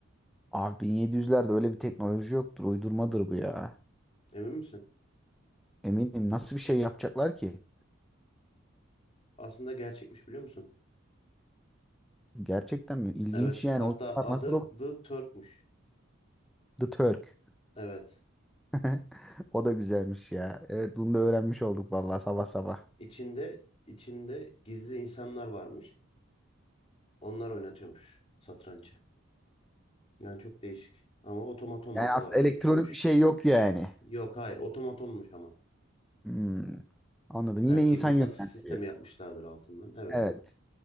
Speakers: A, in the centre; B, on the left.
A: Abi 1700'lerde öyle bir teknoloji yoktur. Uydurmadır bu ya.
B: Emin misin?
A: Eminim. Nasıl bir şey yapacaklar ki?
B: Aslında gerçekmiş biliyor musun?
A: Gerçekten mi? İlginç
B: Evet.
A: yani.
B: Hatta
A: O zamanlar
B: adı
A: nasıl o?
B: The Turk'muş.
A: The Turk.
B: Evet.
A: <laughs> O da güzelmiş ya. Evet bunu da öğrenmiş olduk vallahi sabah sabah.
B: İçinde içinde gizli insanlar varmış. Onlar oynatıyormuş satrancı. Yani çok değişik. Ama otomaton
A: Yani
B: olarak
A: aslında elektronik
B: geçiyormuş.
A: bir şey yok yani.
B: Yok hayır otomatonmuş ama.
A: Hmm, anladım.
B: Belki
A: Yine insan
B: mıknatıs
A: yönlendiriyor.
B: sistemi yapmışlardır altından. Evet.
A: Evet.